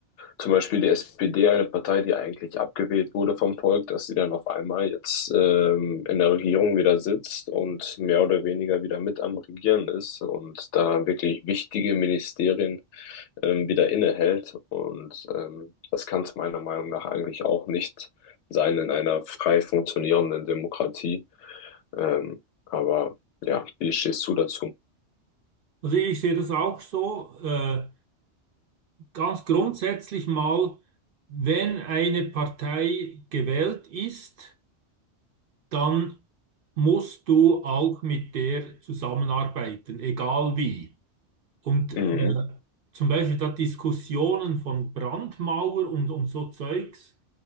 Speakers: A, on the left; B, on the right.
A: zum Beispiel die SPD, eine Partei, die eigentlich abgewählt wurde vom Volk, dass sie dann auf einmal jetzt ähm, in der Regierung wieder sitzt und mehr oder weniger wieder mit am Regieren ist und da wirklich wichtige Ministerien ähm, wieder innehält. Und ähm, das kann es meiner Meinung nach eigentlich auch nicht sein in einer frei funktionierenden Demokratie. Ähm, aber ja, wie stehst du dazu?
B: Also ich sehe das auch so, äh, ganz grundsätzlich mal, wenn eine Partei gewählt ist, dann musst du auch mit der zusammenarbeiten, egal wie. Und äh,
A: Mhm.
B: zum Beispiel da Diskussionen von Brandmauer und, und so Zeugs,